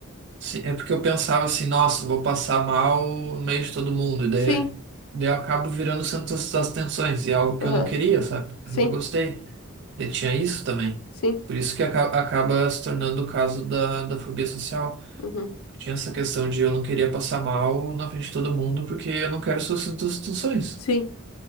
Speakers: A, on the right; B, on the left.
A: Sim, é porque eu pensava assim, nossa, vou passar mal no meio de todo mundo, e daí,
B: Sim.
A: daí eu acabo virando o centro das das atenções, e é algo que
B: Aham.
A: eu não queria, sabe? Eu
B: Sim.
A: nunca gostei. E tinha isso também.
B: Sim.
A: Por isso que aca- acaba se tornando o caso da, da fobia social.
B: Uhum.
A: Tinha essa questão de eu não queria passar mal na frente de todo mundo, porque eu não quero ser o centro das atenções,
B: Sim.